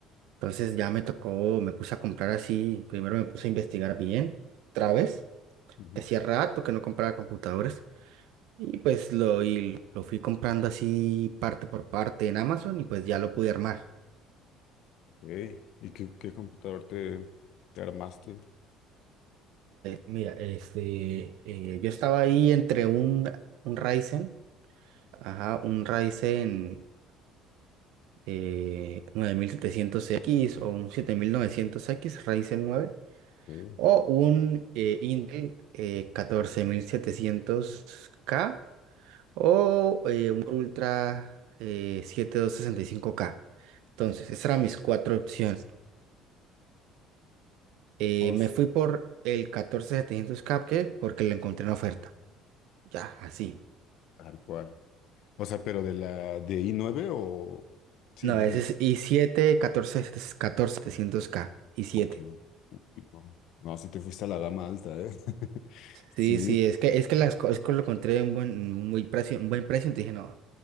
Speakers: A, on the right (about 75°); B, on the left (about 60°).
A: Entonces ya me tocó, me puse a comprar así, primero me puse a investigar bien, otra vez.
B: ujú.
A: Hacía rato que no compraba computadores y pues lo, y lo fui comprando así parte por parte en Amazon y pues ya lo pude armar.
B: Ey, ¿Y qué, qué computador te, te armaste?
A: Mira, este, eh, yo estaba ahí entre un, un Ryzen, ajá, un Ryzen eh, nueve mil setecientos x o un siete mil novecientos x Ryzen nueve
B: Sí,
A: o un eh, Intel eh, catorce mil setecientos k o eh, un Core Ultra eh, 7265K. Entonces, esas eran mis cuatro opciones. Eh,
B: Oh,
A: me
B: s-
A: fui por el 14700K, ¿qué? Porque lo encontré en oferta. Ya, así.
B: tal cual. o sea, pero de la de i nueve o sí,
A: No,
B: no,
A: ese es i7, 14, 14700K, i siete
B: ok. Uy, no, no, sí te fuiste a la gama alta, ¿eh? <laughs>
A: Sí,
B: Sí,
A: sí, es que, es que las co- es que lo encontré en buen, en un buen precio, un buen precio, entonces dije, no,